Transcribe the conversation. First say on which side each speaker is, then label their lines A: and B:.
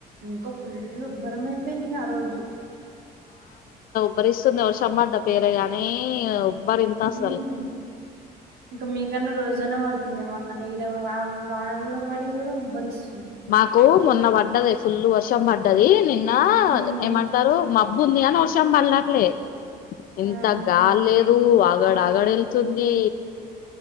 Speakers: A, on the right; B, on the left.
A: ఇంకా ఫుల్ ఉబ్బరం అయిపోయింది ఆ రోజు
B: బరిస్తుంది వర్షం బడ్డా పేరేగాని ఈ ఉబ్బరి ఇంత
A: ఉమ్
B: అసలు
A: ఇంకా మీకన్నా రోజనే పడుతుంది వాన వాన కూడ పడి కూడా ఉబ్బరిస్ అ <inaudible>
B: మాకు మొన్న పడ్డది. ఫుల్ వర్షం పడ్డది నిన్న
A: ఉమ్
B: ఏమంటారు మబ్బు ఉంది అని వర్షం వర్షం పడట్లే ఇంత
A: ఆహా
B: గాలి లేదు. ఆగడ అగడ వెళ్తుంది.